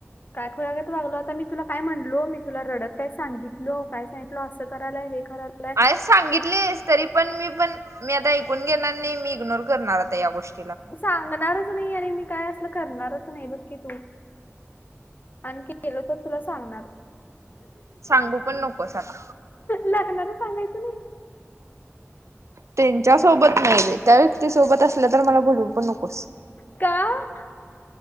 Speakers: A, on the left (about 40°); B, on the right (about 75°).
A: काय खुळ्यागत वागलो आता. मी तुला काय म्हणलो. मी तुला रडत काय सांगितल. काय सांगितलं असं करायलाय हे करायला
B: आरे सांगितलेस तरी पण, मी पण, मी आता ऐकून घेणार नाही. मी इग्नोर करणार आता या गोष्टी.
A: सांगणारच नाही आणि मी काय असल करणारच नाही. बघ की तू. आणखी केलो त. तुला सांगणार.
B: सांगू पण नकोस आता.
A: लाग्णाच सांगायचं नाही.
B: त्यांच्या सोबत नाही रे. त्या व्यक्ती सोबत असल्या. तर मला बोलू पण नकोस.
A: का?